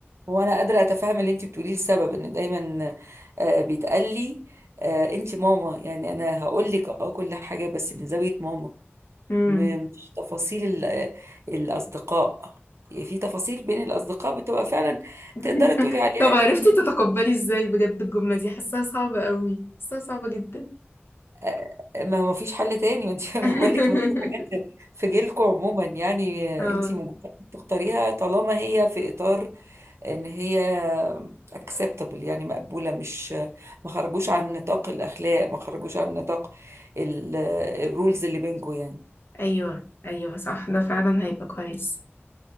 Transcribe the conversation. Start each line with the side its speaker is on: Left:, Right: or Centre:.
Right: هو انا قادره اتفهم اللي انت بتقوليه السبب ان دايما آه، بيتقال لي آه، انت ماما يعني انا هقول لك اه كل حاجه بس من زاويه ماما
Left: مم.
Right: م- مش تفاصيل ال- آه، الاصدقاء في تفاصيل بين الاصدقاء بتبقى فعلا
Left: <laughs>
Right: تقدري تقولي عليها
Left: طب
Right: يعني
Left: عرفتي تتقبلي إزاي بجد الجملة دي حاساها صعبة قوي حاساها صعبة جدا
Right: آه، ما ما فيش حل تاني انت <laughs> بقول
Left: <laughs>
Right: لك ما في حاجات في جيلكم عموما يعني
Left: اه
Right: انت مجبره تختاريها طالما هي في اطار ان هي acceptable يعني مقبولة مش ما خرجوش عن نطاق الأخلاق ما خرجوش عن نطاق الرولز اللي بينكم يعني
Left: ايوه ايوه صح ده فعلا هيبقى كويس